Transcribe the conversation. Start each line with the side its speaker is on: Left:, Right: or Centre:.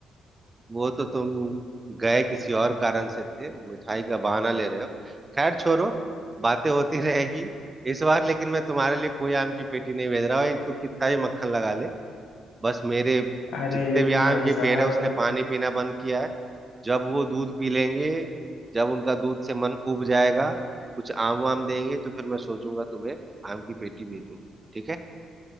Right: वो तो तुम गए किसी और कारण से थे मिठाई का बहाना ले रहे हो खैर छोड़ो बातें होती रहेगी इस बार लेकिन मैं तुम्हारे लिए कोई आम की पेटी नहीं भेज रहा हूँ तू कितना ही मक्खन लगा ले बस मेरे
Left: अरे
Right: जितने भी आम
Left: भाई
Right: के
Left: साहब
Right: पेड़ है उसने पानी पीना बंद किया है जब वो दूध पी लेंगे जब उनका दूध से मन उब जाएगा कुछ आम वाम देंगे तो फिर मैं सोचूंगा तुम्हें आम की पेटी भेजूं ठीक है